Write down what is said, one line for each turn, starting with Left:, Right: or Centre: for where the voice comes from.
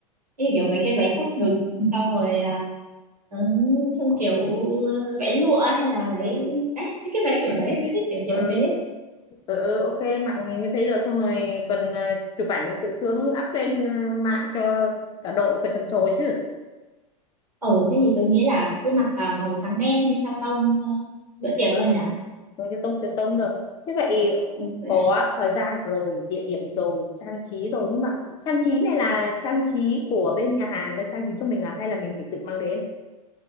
Right: cái kiểu mấy cái váy cúc ngực xong rồi à, ừ, trông kiểu ừ, váy lụa hay là váy đấy, mấy cái váy kiểu đấy tôi thích kiểu
Left: ừ,
Right: kiểu thế
Left: ừ, ừ, ok mặc như thế được xong rồi còn ờ, chụp ảnh tự sướng up lên ờ, mạng cho cả đội còn trầm trồ chứ
Right: ồ thế thì tôi nghĩ là cứ mặc à, màu trắng đen đi theo tông ờ, bữa tiệc
Left: Ừ.
Right: luôn nhỉ
Left: Rồi thì Tôi sẽ tông sẽ tông được. Thế vậy
Right: ok
Left: có thời gian rồi, địa điểm rồi, trang trí rồi nhưng mà trang trí này là trang trí của bên nhà hàng đã trang trí cho mình à hay là mình phải tự mang đến?